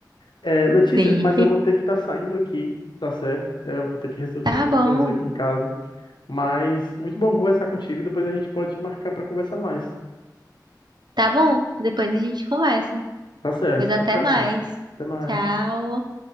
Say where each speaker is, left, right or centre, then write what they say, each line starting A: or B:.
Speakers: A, on the left; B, on the right.
A: É, Letícia,
B: Sim.
A: mas
B: <laughs>
A: eu vou ter que estar saindo aqui, tá certo? É, eu vou ter que resolver
B: Tá
A: aqui umas
B: bom,
A: coisas aqui em casa. Mas muito bom conversar contigo, depois a gente pode marcar para conversar mais.
B: tá bom. Depois a gente conversa.
A: Tá certo,
B: Pois até
A: tchau, tchau.
B: mais.
A: Até mais.
B: Tchau.